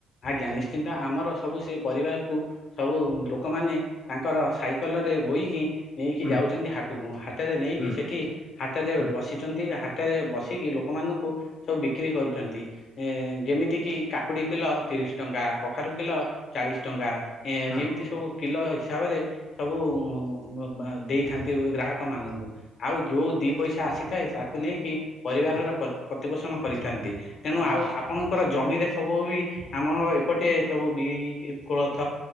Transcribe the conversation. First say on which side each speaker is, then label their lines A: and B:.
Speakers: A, on the left; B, on the left.
A: ଆଜ୍ଞା ନିଶ୍ଚିନ୍ତ ଆମର ସବୁ ସେଇ ପରିବାକୁ ସବୁ ଲୋକମାନେ ତାଙ୍କର ସାଇକଲରେ ବୋହିକି ନେଇକି
B: ହୁଁ
A: ଯାଉଛନ୍ତି ହାଟୁକୁ ହାଟରେ ନେଇକି
B: ହୁଁ
A: ସେଠି ହାଟରେ
B: ହୁଁ
A: ବସିଛନ୍ତି ହାଟେରେ ବସିକି ଲୋକମାନଙ୍କୁ ସବୁ ବିକ୍ରି କରୁଛନ୍ତି। ଏ ଯେମିତି କିି କାକୁଡି କିଲ ତିରିଶ ଟଙ୍କା କଖାରୁ କିଲ ଚାଳିଶ ଟଙ୍କା। ଏ
B: ହଁ
A: ଏମତି ସବୁ କିଲ ହିସାବରେ ସବୁ ଉଁ ଦେଇଥାନ୍ତି ଗ୍ରାହକ ମାନଙ୍କୁ ଆଉ ଯୋଉ ଦିପଇସା ଆସିଥାଏ ତାକୁ ନେଇକି ପରିବାରର
B: ହଁ
A: ପ୍ର ପ୍ରତିପୋଷଣ କରିଥାନ୍ତି ତେଣୁ
B: ହଁ
A: ଆଉ ଆ ଆପଣଙ୍କର ଜମିରେ ସବୁ ବି ଆମର ଏପଟେ ସବୁ ବିରି, କୋଳଥ